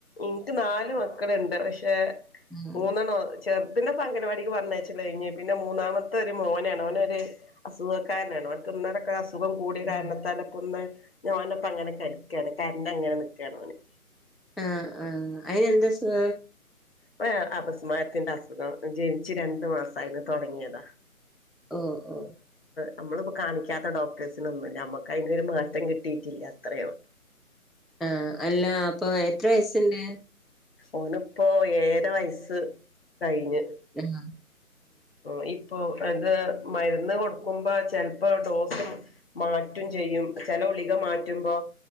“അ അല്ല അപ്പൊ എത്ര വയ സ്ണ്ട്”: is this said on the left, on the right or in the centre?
Centre